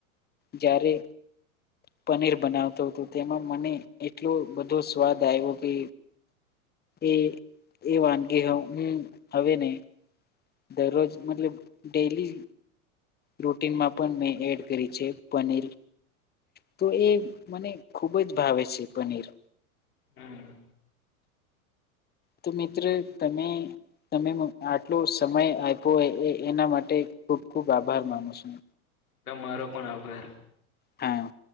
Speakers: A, on the left; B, on the left.
A: જ્યારે પનીર બનાવતો હતો તેમાં મને એટલો બધો સ્વાદ આયવો કે એ એ વાનગી હું હમ્મ હવે નઈ દરરોજ મતલબ ડેઈલી રૂટીનમાં પણ મેં એડ કરી છે પનીર તો એ મને ખૂબ જ ભાવે છે પનીર.
B: હમ્મ.
A: તો મિત્ર તમે તમે આટલો સમય આયપો હોય એ એના માટે ખુબ ખુબ આભાર માનું છું.
B: તમારો પણ આભાર.
A: હા.